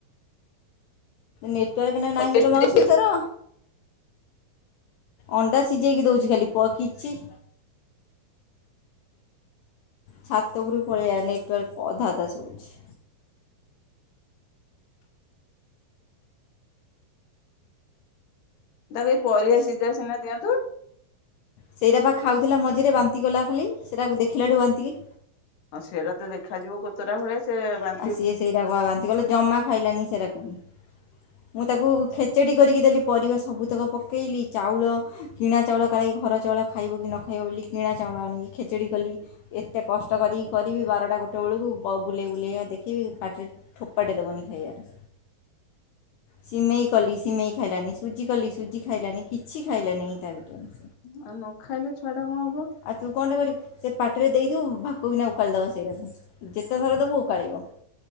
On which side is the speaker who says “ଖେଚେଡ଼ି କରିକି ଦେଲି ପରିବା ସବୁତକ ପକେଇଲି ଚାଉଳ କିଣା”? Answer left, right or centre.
Left